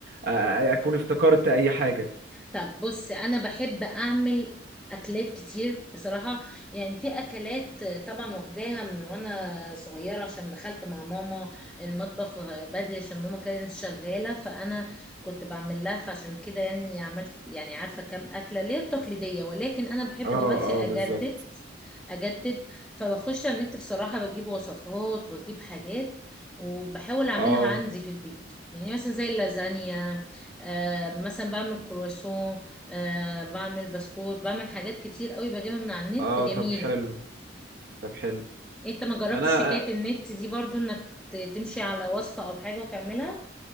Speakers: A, on the right; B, in the centre.
A: أ- اكون افتكرت اي حاجه
B: طب بص انا بحب اعمل اكلات كتير بصراحه يعني في اكلات طبعا واخداها من وانا صغيره عشان دخلت مع ماما المطبخ بدري عشان ماما كانت شغاله فانا كنت بعمل لها فعشان كده يعني عملت يعني عارفه كام اكله ليه التقليديه ولكن انا بحب
A: اه
B: دلوقتي
A: اه
B: اجدد
A: بالظبط
B: اجدد فبخش على النت بصراحه بجيب وصفات واجيب حاجات وبحاول اعملها
A: اه
B: عندي في البيت يعني مثلا زي اللازانيا آه، مثلا بعمل كرواسون آه، بعمل بسكوت بعمل حاجات كتير قوي بجيبها من على النت
A: اه
B: جميلة
A: طب حلو طب حلو
B: انت ما جربتش
A: انا
B: حكاية النت دي برضو انك ت- تمشي على وصفة او حاجة وتعملها